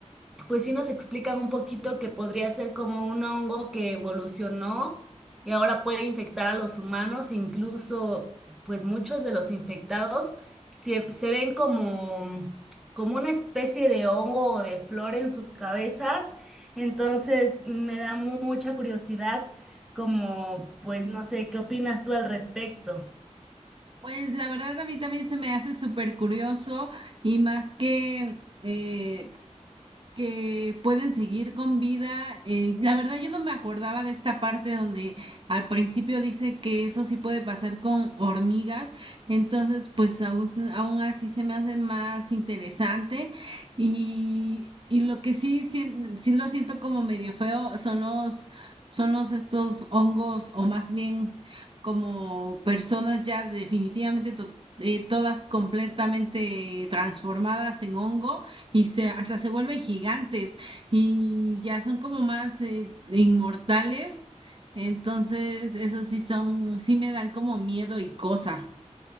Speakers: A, in the centre; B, on the right.
A: pues sí nos explican un poquito que podría ser como un hongo que evolucionó y ahora puede infectar a los humanos, incluso pues muchos de los infectados se, se ven como, como una especie de hongo o de flor en sus cabezas, entonces me da mu- mucha curiosidad como pues no sé, ¿qué opinas tú al respecto?
B: Pues la verdad a mí también se me hace súper curioso y más que... eh, que pueden seguir con vida. eh, la verdad, yo no me acordaba de esta parte donde al principio dice que eso sí puede pasar con hormigas, entonces pues aún, aún así se me hace más interesante y, y lo que sí, sí, sí lo siento como medio feo son los, son los estos hongos o más bien como personas ya definitivamente to- eh, todas completamente transformadas en hongo y se, hasta se vuelven gigantes y ya son como más eh, inmortales. Entonces, eso sí son, sí me dan como miedo y cosa.